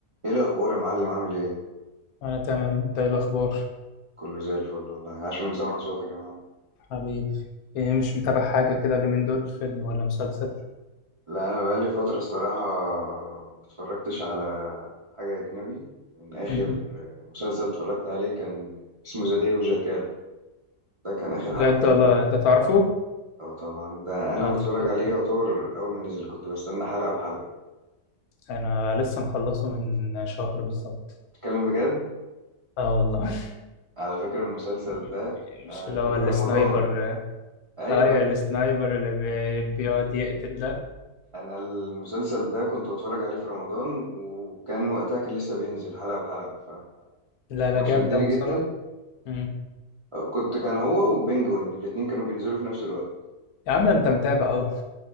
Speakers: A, on the right (about 55°); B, on the left (about 85°).
A: ايه الاخبار يا معلم عامل ايه
B: أنا تمام أنت إيه الأخبار
A: كله زي الفل والله عاش من سمع صوتك يا معلم
B: حبيبي إيه مش متابع حاجة كده اليومين دول فيلم ولا مسلسل
A: لا انا بقالي فتره الصراحه متفرجتش على حاجه اجنبي من اخر
B: مهم.
A: مسلسل اتفرجت عليه كان اسمه ذا داي اوف جاكال ده كان اخر
B: بجد
A: حاجه كنت
B: والله
A: اتفرجت
B: أنت تعرفه
A: اه طبعا ده انا
B: آه،
A: متفرج
B: ت- آه،
A: عليه يعتبر اول ما نزل كنت بستنى حلقه بحلقه
B: أنا لسه مخلصه من شهر بالظبط
A: تتكلم بجد
B: آه والله
A: على فكره المسلسل
B: <laughs>
A: ده
B: مش
A: آه
B: اللي
A: كان
B: هو السنايبر
A: في رمضان ايوه
B: آه أيوة
A: ايوه
B: السنايبر اللي بي- بيقعد يقتل ده
A: انا المسلسل ده كنت بتفرج عليه في رمضان وكان وقتها كان لسه بينزل حلقة بحلقة
B: لا
A: هو
B: لا جامد
A: شدني
B: أوي بصراحة
A: جدا
B: مم.
A: كنت كان هو وبنجوين الاتنين كانوا بينزلوا في نفس الوقت
B: يا عم أنت متابع أهو